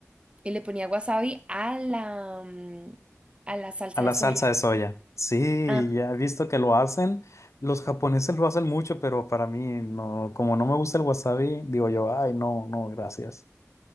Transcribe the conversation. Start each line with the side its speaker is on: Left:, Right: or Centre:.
Right: Y le ponía wasabi a la, mm, a la salsa
Left: a la
Right: de soya.
Left: salsa de soya. Sí,
Right: Ah.
Left: ya he visto que lo hacen. Los japoneses lo hacen mucho, pero para mí no, como no me gusta el wasabi, digo yo, ay, no, no, gracias.